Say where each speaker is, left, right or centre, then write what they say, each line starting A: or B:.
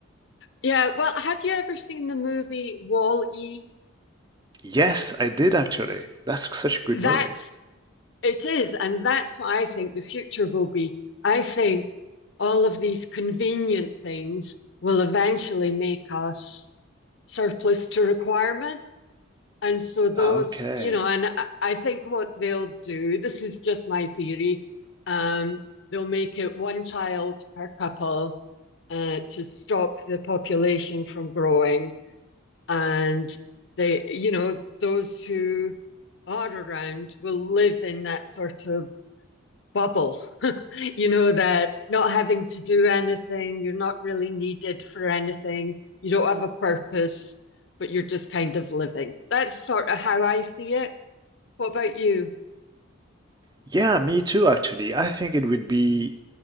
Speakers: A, on the left; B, on the right.
A: Yeah. Well, have you ever seen the movie Wall-E?
B: Yes, I did actually. That's such a good
A: That's
B: movie.
A: It is, and that's what I think the future will be. I think all of these convenient things will eventually make us surplus to requirement. And so those,
B: Okay.
A: you know, and I- think what they'll do, this is just my theory, um, they'll make it one child per couple uh, to stop the population from growing. And they, you know, those who are around will live in that sort of bubble, <laughs> you know, that not having to do anything, you're not really needed for anything, you don't have a purpose, but you're just kind of living. That's sort of how I see it. What about you?
B: Yeah, me too, actually. I think it would be,